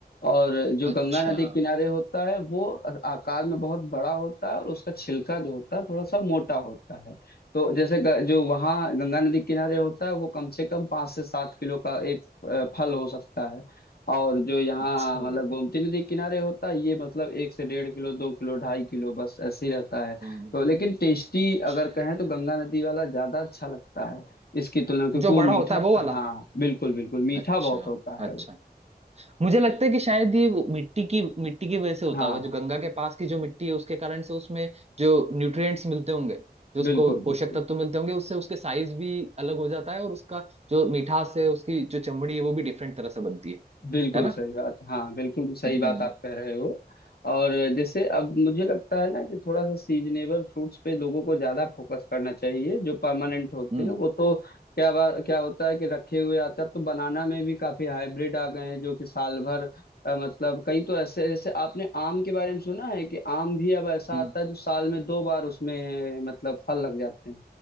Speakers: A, on the left; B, on the right.
A: और जो गंगा
B: अच्छा
A: नदी के किनारे होता है वो आकार में बहुत बड़ा होता है और उसका छिलका जो होता है थोड़ा सा मोटा होता है तो जैसे ग- जो वहाँ गंगा नदी के किनारे होता है वो कम से कम पाँच से सात किलो का एक अ, फल हो सकता है और जो यहाँ
B: अच्छा
A: मतलब गोमती नदी के किनारे होता है ये मतलब एक से डेढ़ किलो दो किलो ढाई किलो बस ऐसे ही रहता है
B: हम्म
A: तो लेकिन टेस्टी
B: अच्छा।
A: अगर कहें तो गंगा नदी वाला ज्यादा अच्छा लगता है इसकी तुलना क्योंकि
B: जो
A: वो
B: बड़ा
A: मीठा
B: होता है वो वाला
A: हाँ बिल्कुल बिल्कुल मीठा
B: अच्छा
A: बहुत होता
B: अच्छा
A: है वो
B: मुझे लगता है कि शायद ये वो मिट्टी की मिट्टी की वजह से
A: हाँ
B: होता होगा जो गंगा के पास की जो मिट्टी है उसके कारण से उसमें जो न्यूट्रिएंट्स मिलते होंगे जो उसको
A: बिल्कुल बिल्कुल
B: पोषक तत्व मिलते होंगे उससे उसके साइज भी अलग हो जाता है और उसका जो मिठास है उसकी जो चमड़ी है वो भी डिफरेंट तरह से बनती है
A: बिल्कुल
B: है ना
A: सही बात हाँ बिल्कुल सही
B: हम्म
A: बात आप कह रहे हो और जैसे अब मुझे लगता है ना कि थोड़ा सा सीजनेबल फ्रूट्स पे लोगों को ज्यादा फोकस करना चाहिए जो परमानेंट होते
B: हम्म
A: हैं वो तो क्या बात क्या होता है कि रखे हुए आते हैं अब तो बनाना में भी काफी हाइब्रिड आ गए हैं जो कि साल भर अ, मतलब कई तो ऐसे जैसे आपने आम के बारे में सुना है कि आम भी अब ऐसा
B: हम्म।
A: आता है जो साल में दो बार उसमें मतलब फल लग जाते हैं